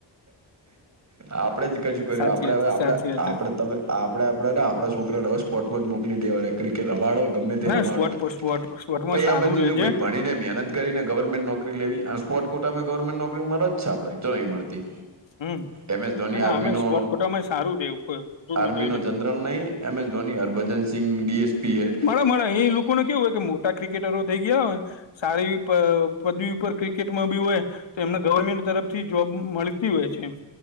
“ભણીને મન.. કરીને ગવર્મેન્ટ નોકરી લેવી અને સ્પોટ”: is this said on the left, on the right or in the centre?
Right